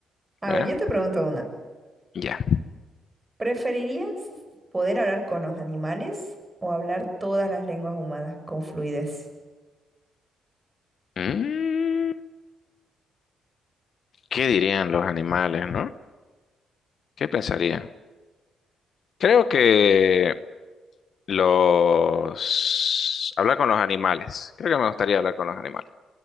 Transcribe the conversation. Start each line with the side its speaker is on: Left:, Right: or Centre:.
Right: A
Left: ¿ve?
Right: ver, yo te pregunto una.
Left: Ya.
Right: ¿Preferirías poder hablar con los animales o hablar todas las lenguas humanas con fluidez?
Left: Mm, ¿Qué dirían los animales, no? ¿Qué pensarían? Creo que Los... Hablar con los animales. Creo que me gustaría hablar con los animales.